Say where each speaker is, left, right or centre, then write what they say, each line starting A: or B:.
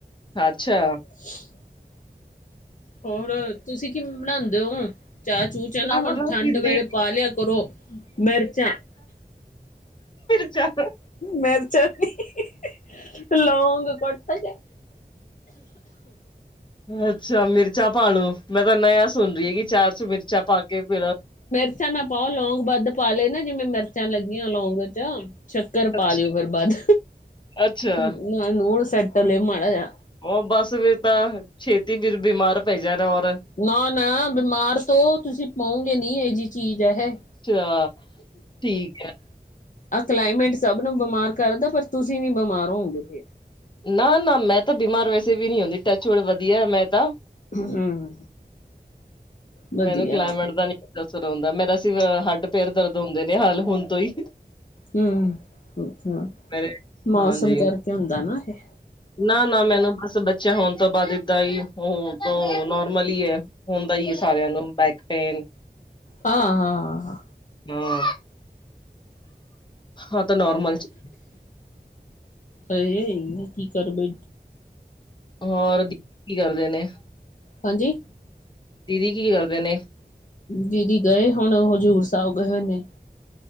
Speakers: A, on the left; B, on the left.
A: ਅੱਛਾ
B: ਹ ਹੋਰ ਤੁਸੀਂ ਕੀ ਬਣਾਦੇ ਹੋ ਚਾ ਚੂ। ਚ
A: ਚਾਹ
B: ਨਾ ਹੁਣ
A: ਤਾਂ ਮੈਂ
B: ਠੰਡ
A: ਪੀਂਦੀ
B: ਵੇਲੇ ਪਾ ਲਿਆ ਕਰੋ ਮਿਰਚਾਂ।
A: ਚਾ
B: ਮਿਰਚਾ ਨੀ। ਲੋਂਗ ਕੁੱਟ ਕੇ।
A: ਅੱਛਾ ਮਿਰਚਾ ਪਾ ਲੋ ਮੈਂ ਤਾ ਨਯਾ ਸੁਣ ਰਹੀ ਹੈ ਕਿ ਚਾ ਚ ਮਿਰਚਾ ਪਾ ਕੇ ਪੀ ਲੋ।
B: ਰਚਾ ਨਾ ਪਾਓ ਲੌਂਗ ਵੱਧ ਪਾ ਲਏ ਨਾ ਜਿਵੇਂ ਮਿਰਚਾਂ ਲੱਗੀਆ ਲੌਂਗ ਚ। ਸ਼ੱਕਰ
A: ਅੱਛਾ
B: ਪਾ ਲਿਓ ਫਿਰ ਵੱਧ
A: ਅੱਛਾ
B: ਨਾਲ ਨੂੰੜ ਸੈਟ ਲਏ ਮਾੜਾ ਜਿਹਾ।
A: ਉਹ ਬਸ ਫਿਰ ਤਾਂ ਛੇਤੀ ਫਿਰ ਬਿਮਾਰ ਪੈ ਜਾਣਾ ਔਰ।
B: ਨਾ-ਨਾ ਬਿਮਾਰ ਤੋਂ ਤੁਸੀਂ ਪਾਓਗੇ ਨੀ ਇਹ ਜੀ ਚੀਜ਼ ਹੈ।
A: ਹਾਂ ਠੀਕ ਹੈ।
B: ਆਹ ਕਲਾਈਮੇਟ ਸਭ ਨੂੰ ਬਿਮਾਰ ਕਰਦਾ ਪਰ ਤੁਸੀ ਨੀ ਬਿਮਾਰ ਹੋਗੇ ਫੇਰ।
A: ਨਾ-ਨਾ ਮੈਂ ਤਾਂ ਬਿਮਾਰ ਵੈਸੇ ਵੀ ਨੀ ਹੁੰਦੀ ਟੱਚ ਵੁਡ ਵਧੀਆ ਮੈਂ ਤਾ।
B: ਹਮ ਵਧੀਆ।
A: ਮੈਨੂੰ ਕਲਾਈਮੇਟ ਦਾ ਨੀ ਅਸਰ ਹੁੰਦਾ ਮੇਰਾ ਸੀ ਹੱਡ ਪੇਰ ਦਰਦ ਹੁੰਦੇ ਨੇ ਹਾਲ ਹੁਣ ਤੋਂ ਹੀ।
B: ਹਮ ਅੱਛਾ
A: ਮੇਰੇ
B: ਮੌਸਮ
A: ਹਾਂਜੀ
B: ਕਰਕੇ ਹੁੰਦਾ ਨਾ ਇਹ।
A: ਨਾ-ਨਾ ਮੈਨੂੰ ਬਸ ਬੱਚਿਆਂ ਹੋਣ ਤੋਂ ਬਾਦ ਏਦਾਂ ਹੀ ਉਹ ਨੋਰਮਲ ਹੀ ਹੈ। ਹੁੰਦਾ ਹੀ ਹੈ ਸਾਰਿਆਂ ਨੂੰ ਬੈਕਪੇਨ
B: ਹਾਂ-ਹਾਂ
A: ਹਾਂ, ਹਾਂ ਤਾਂ ਨੋਰਮਲ ਚ
B: ਅ ਕੀ ਕਰ ਬ
A: ਹੋਰ ਦੀ ਕੀ ਕਰਦੇ ਨੇ।
B: ਹਾਂਜੀ।
A: ਦੀਦੀ ਕੀ ਕਰਦੇ ਨੇ?
B: ਦੀਦੀ ਗਏ ਹੁਣ ਹਜ਼ੂਰ ਸਾਹਿਬ ਗਏ ਹੋਏ ਨੇ।